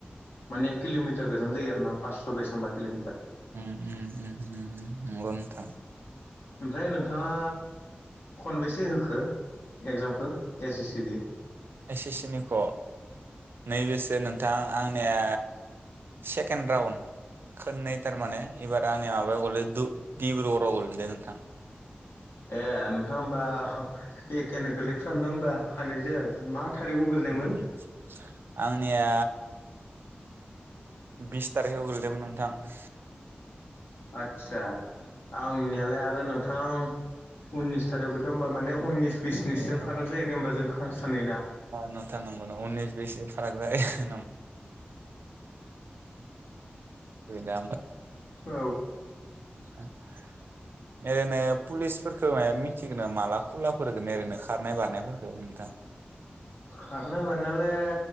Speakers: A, on the left; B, on the right.
A: माने किल'मिटार गोजान जायो आरो ना । अ बेसामबा किल'मिटार
B: उम उम उम उम नंगौ नोंथां
A: ओमफाय नोंथाङा खनबेसे होखो? एगजामखो एस एस सि नि?
B: एस एस सिनिख' नैबेसो नोंथां आंनिया सेकेन्ड राउन्ड खोननै टारमाने एबार आंनि माबायाव <unintelligible> गोलैदो नोंथां ।
A: ए नोंथां होमबा एखेआनो गोलैफ्रामदो ओमबा खानैजो मा
B: <inaudible>
A: थारिखआव गोलैनायमोन
B: आंनिया बिस टारिगाव गोलैदोमोन नोंथां ।
A: आदसा आंनियालाय आरो नोंथां उननिस थारिगाव गोलैदो होनबा माने उननिस बिसनिससो
B: <unintelligible>
A: फाराग जाहैदों होनबा जों सानैना
B: नोंथां उननिस बिसनिसो फाराग जाहैबाय दा
A: औ
B: <unintelligible> <inaudible> ओरैनो पुलिसफोरखो मायबा मिथिगो नामा माला खुला <unintelligible> ओरैनो खारनाय बारनायफोरखौ नोंथां
A: खारनाय बारनायालाय